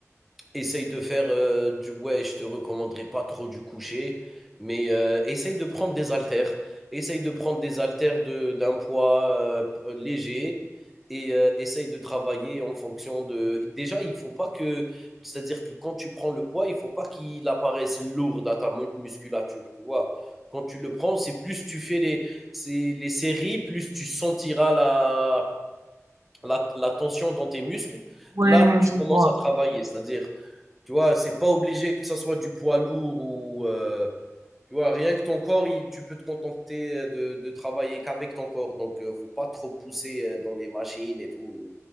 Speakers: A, in the centre; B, on the right.
A: Essaye de faire euh, du ouais, je te recommanderais pas trop du coucher, mais euh, essaye de prendre des haltères. Essaye de prendre des haltères de- d'un poids euh, p- euh, léger et euh, essaye de travailler en fonction de. Déjà, il faut pas que, c'est-à-dire que quand tu prends le poids, il faut pas qu'il apparaisse lourd dans ta mu- musculature, tu vois. Quand tu le prends, c'est plus tu fais les, c'est les séries, plus tu sentiras la, la, la tension dans tes muscles.
B: Ouais,
A: Là, tu
B: je
A: commences
B: vois.
A: à travailler, c'est-à-dire tu vois, c'est pas obligé que ça soit du poids lourd ou. euh, tu vois, rien que ton corps, il- tu peux te contenter de, de travailler qu'avec ton corps. Donc, euh, faut pas trop pousser euh, dans les machines et tout.